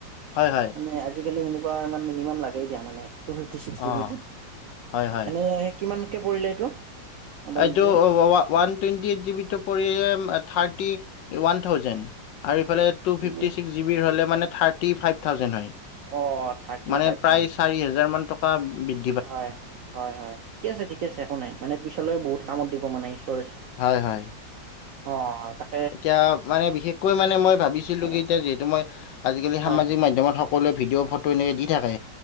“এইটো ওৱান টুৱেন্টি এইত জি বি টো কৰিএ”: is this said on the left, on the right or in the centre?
Left